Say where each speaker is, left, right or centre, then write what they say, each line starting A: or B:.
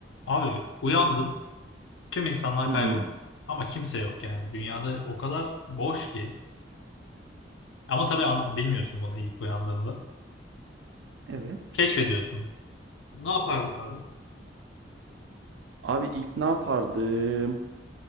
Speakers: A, on the left (about 80°); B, on the right (about 80°).
A: Abi uyandın, tüm insanlar
B: Hı hı.
A: kaybolmuş. Ama kimse yok yani. Dünyada o kadar boş ki. Ama tabii anla, bilmiyorsun bunu ilk uyandığında.
B: Evet.
A: Keşfediyorsun. Ne yapardın abi?
B: Abi ilk ne yapardım?